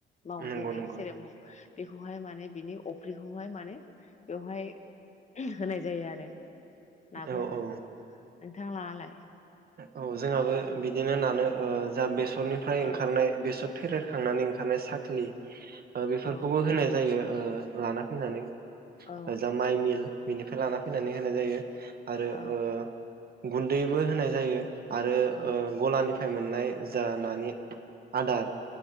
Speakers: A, on the left; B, on the right.
A: मावो
B: नंगौ
A: जेरै
B: नंगौ
A: सेरेप मावो बेखौहाय माने बिनि अफ्रिखौहाय माने बेवहाय होनाय जायो आरो नाफोरनो
B: औ औ
A: नोंथां लाहालाय
B: औ जोंहाबो बिदिनो नानो ओ जा बे बेसरनिफ्राय
A: औ
B: ओंखारनाय बेसर फेरेरखांनानै ओंखारनाय साख्लि ओ बेफोरखौबो
A: औ
B: होनाय जायो। ओ लाना फैनानै
A: औ
B: जा माइ मिल बिनिफ्राय लाना फैनानै होनाय जायो आरो
A: औ
B: ओ गुन्दैबो होनाय जायो आरो
A: औ
B: ओ गलानि फाइ मोननाय जा नानि आदार